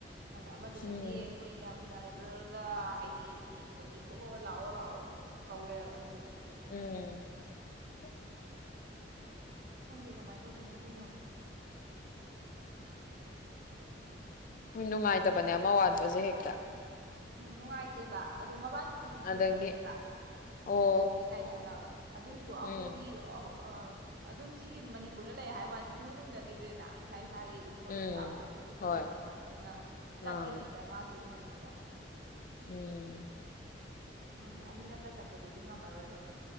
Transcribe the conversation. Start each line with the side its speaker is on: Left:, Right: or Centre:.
Right: ꯑꯗꯣ ꯑꯃꯗꯨꯅꯗꯤ
Left: ꯎꯝ
Right: ꯀꯨꯏꯅ ꯎꯟ ꯔꯒ ꯍꯥꯏꯗꯤ ꯎꯅꯤꯡꯕꯒꯤ ꯊꯣꯛꯂꯛꯑꯣ ꯂꯥꯛꯑꯣ ꯂꯥꯛꯑꯣꯅ ꯁꯨꯝ ꯀꯧ ꯂꯩꯕ ꯑꯃꯗꯨꯅꯗꯤ
Left: ꯎꯝ ꯍꯝ ꯍꯝ
Right: ꯈꯪꯗꯦ ꯀꯃꯥꯏꯅ ꯇꯧꯗꯣꯏꯅꯣ ꯑꯗꯨꯅ ꯑꯃꯨꯛ
Left: ꯍꯣꯏ ꯅꯨꯡꯉꯥꯏꯇꯕꯅꯦ ꯑꯃ ꯋꯥꯠꯄꯁꯦ ꯍꯦꯛꯇ
Right: ꯎꯝ ꯅꯨꯡꯉꯥꯏꯇꯦꯕ ꯑꯗꯣ ꯃꯕꯥꯅꯤ ꯑꯩꯕꯨꯗꯤ ꯌꯨꯝ
Left: ꯑꯗꯒꯤ
Right: ꯅꯛꯅꯩꯌꯦꯕ
Left: ꯑꯣ
Right: ꯂꯩꯀꯥꯏ ꯅꯛꯅꯕ ꯑꯗꯨꯏꯁꯨ ꯑꯩꯈꯣꯏꯗꯤ
Left: ꯎꯝ
Right: ꯑ ꯑ ꯑꯗꯨꯝ ꯁꯤ ꯃꯅꯤꯄꯨꯔꯗ ꯂꯩ ꯍꯥꯏꯕꯋꯥꯅꯤ ꯁꯨꯡꯎ ꯎꯅꯈꯤꯗ꯭ꯔꯦꯅ ꯏꯁꯥ ꯏꯁꯥꯒꯤ ꯑꯗꯨꯝ ꯀꯣꯂꯦꯖ
Left: ꯎꯝ
Right: ꯀꯥꯕ ꯈꯣꯠꯄ ꯂꯣꯏ
Left: ꯍꯣꯏ
Right: ꯇꯧꯅꯕꯅꯤꯅ ꯑꯗꯨꯅ ꯆꯠꯂꯤꯉꯩꯗ
Left: ꯑꯥ
Right: ꯃꯥꯁꯨ ꯎꯅꯅꯤꯡꯉ ꯕꯥ
Left: ꯎꯝ
Right: ꯈꯪꯗꯦ ꯑꯅꯤꯔꯛꯀ ꯆꯠꯄꯗꯨꯗꯤ ꯉꯝꯃꯔꯣꯏꯕ